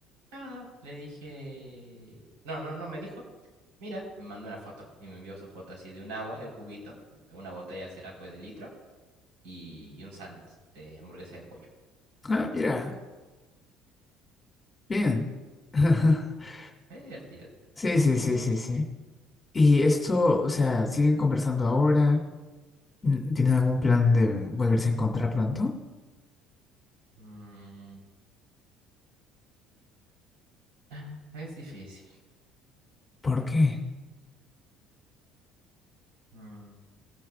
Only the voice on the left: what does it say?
Ah, mira. Bien. <laughs>
Sí, sí, sí, sí, sí. Y esto, o sea, siguen conversando ahora. Mm, ¿Tienen algún plan de volverse a encontrar pronto?
¿Por qué?